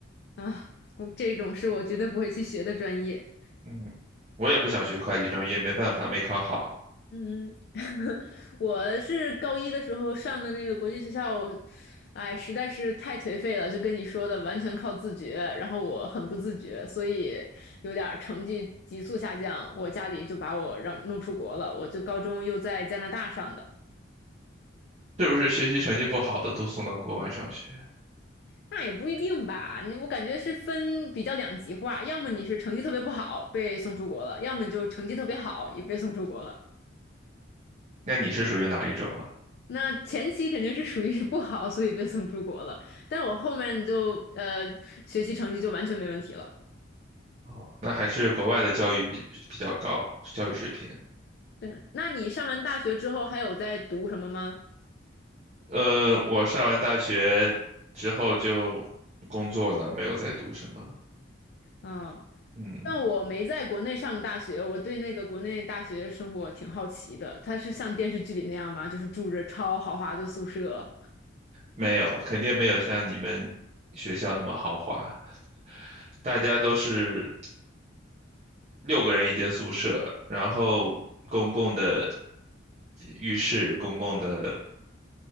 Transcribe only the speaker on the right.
嗯，我也不想学会计专业，没办法，没考好。
是不是学习成绩不好的都送到国外上学？
那你是属于哪一种啊？
哦，那还是国外的教育比比较高，教育水平。
呃，我上完大学之后就工作了，没有再读什么。
嗯，
没有，肯定没有像你们学校那么豪华。大家都是六个人一间宿舍，然后公共的浴室、公共的